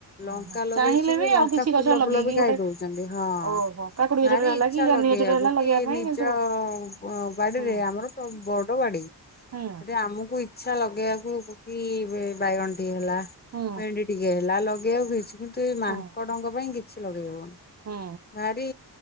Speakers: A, on the right; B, on the left.
A: ଓହୋ
B: ଲଙ୍କା ଲଗେଇଛି
A: ଚାହିଁଲେ
B: ଯେ
A: ବି
B: ଲଙ୍କା
A: ଆଉ କିଛି ଗଛ
B: ଫୁଲ
A: ଲଗେଇକି
B: ଫୁଲ ବି ଖାଇ
A: ଗୋଟେ
B: ଦଉଛନ୍ତି ହଁ
A: ଓହୋ କାକୁଡି ଗଛଟେ
B: ଭାରି
A: ହେଲା
B: ଇଚଛା
A: କି ଜହ୍ନି
B: ଲଗେଇବାକୁ
A: ଗଛଟେ ହେଲା ଲଗେଇବା
B: କି
A: ପାଇଁ
B: ନିଜ
A: କିନ୍ତୁ
B: ବାଡିରେ
A: ହୁଁ
B: ଆମର ବଡ ବାଡି।
A: ହୁଁ
B: ରେ ଆମକୁ ଇଛା ଲଗେଇବାକୁ କୋବି ବି ବାଇଗଣ ଟିକେ ହେଲା
A: ହୁଁ
B: ଭେଣ୍ଡି ଟିକେ ହେଲା ଲଗେଇବାକୁ ଇ କିନ୍ତୁ ଏଇ ମାଙ୍କଡଙ୍କ
A: ହୁଁ
B: ପାଇଁ କିଛି ଲଗେଇ ହବନି
A: ହୁଁ
B: ଭାରି